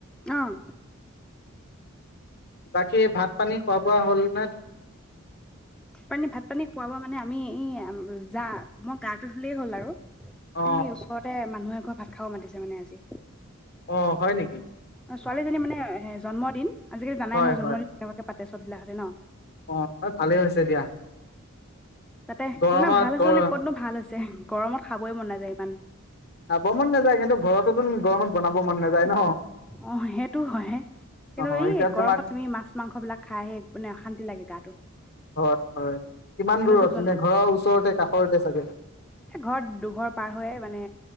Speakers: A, in the centre; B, on the left.
A: আহ
B: বাকী ভাত পানী খোৱা বোৱা হ'ল ন
A: পানী ভাত পানী খুৱাব মানে আমি এই যা মই গাটো ধুলেই হ'ল আৰু
B: অ
A: এই ওচৰতে মানুহে ভাত খাবও মাতিছে মানে আজি
B: অ হয় নেকি
A: ছোৱালীজনী মানে জন্মদিন আজিকালি জানাই
B: হয়
A: ন জন্মদিন
B: হয়
A: কেনেকুৱা পাতে ত চবিলখে ন <inaudible>
B: অ ভালেই হৈছে দিয়া
A: তাতে
B: গৰমত
A: ইমান ভাল হৈছে
B: গৰ
A: মানে ক'তনো ভাল হৈছে গৰমত খাবই মন নাযায় ইমান
B: আ গৰমত নাযায় কিন্তু ঘৰতোটো গৰমত বনাব মন নাযায় ন
A: আহ সেইটো হয়ে কিন্তু
B: অ
A: এই
B: এতিয়া তোমাক
A: গৰমত তুমি মাছ মাংস বিলাক খাইহে মানে অশান্তি লাগে গাটো
B: হয় হয় কিমান
A: আজিকালিতো
B: দূৰত
A: জন্ম
B: এনে ঘৰৰ ওচৰতে কাষৰতে চাগে
A: ঘৰত দুঘৰ পাৰ হৈ মানে